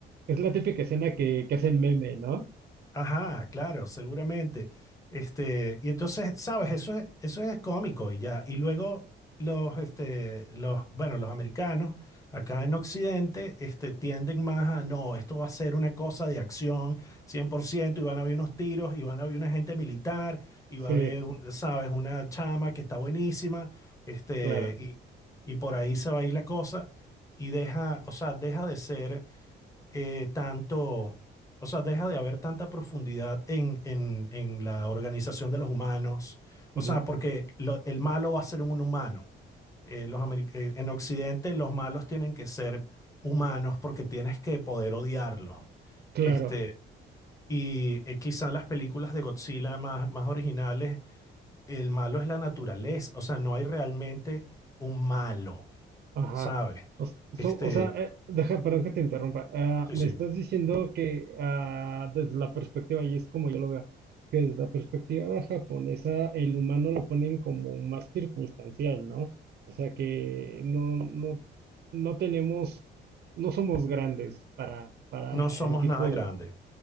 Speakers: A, on the right; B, on the left.
A: es la típica escena que, que hacen meme, ¿no?
B: Ajá, claro, seguramente. Este, y entonces, sabes, eso es, eso es cómico y ya. Y luego los, este, los, bueno, los americanos acá en Occidente, este, tienden más a, no, esto va a ser una cosa de acción 100% y van a haber unos tiros y van a haber una gente militar y va
A: Sí,
B: a haber, un- sabes, una chama que está buenísima, este,
A: claro.
B: y, y por ahí se va a ir la cosa y deja, o sea, deja de ser eh, tanto, o sea, deja de haber tanta profundidad en, en- en la organización de los humanos, o
A: Ujú,
B: sea, porque lo- el malo va a ser un humano. Eh, los ameri- eh, en Occidente los malos tienen que ser humanos porque tienes que poder odiarlos.
A: claro.
B: Este, y eh, quizá en las películas de Godzilla más, más originales, el malo es la naturaleza, o sea, no hay realmente un malo,
A: Ajá.
B: ¿sabes?
A: O, s- so-
B: Este,
A: o sea, eh, deja, perdón que te interrumpa. Ah,
B: sí,
A: me
B: sí.
A: estás diciendo que ah, desde la perspectiva, y es como yo lo veo, que desde la perspectiva japonesa el humano lo ponen como más circunstancial, ¿no? O sea que no, no, no tenemos, no somos grandes para, para
B: No somos
A: el tipo
B: nada grandes.
A: de,